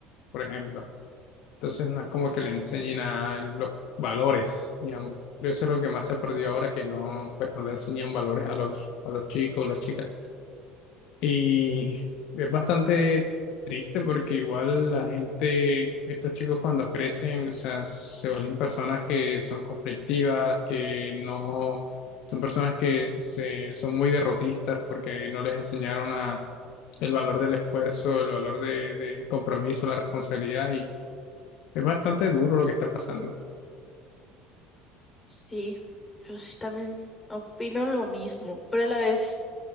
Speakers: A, on the left (about 60°); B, on the left (about 20°).
A: por ejemplo. Entonces no es como que le enseñen a él los valores, digamos. Creo que eso es lo que más se perdió ahora, que no, pues no le enseñan valores a los, a los chicos, las chicas. Y es bastante triste porque igual la gente, estos chicos cuando crecen, o sea, se vuelven personas que son conflictivas, que no, son personas que se, son muy derrotistas porque no les enseñaron a, el valor del esfuerzo, el valor de, del compromiso, la responsabilidad. Y es bastante duro lo que está pasando.
B: Sí, yo sí también opino lo mismo, pero a la vez,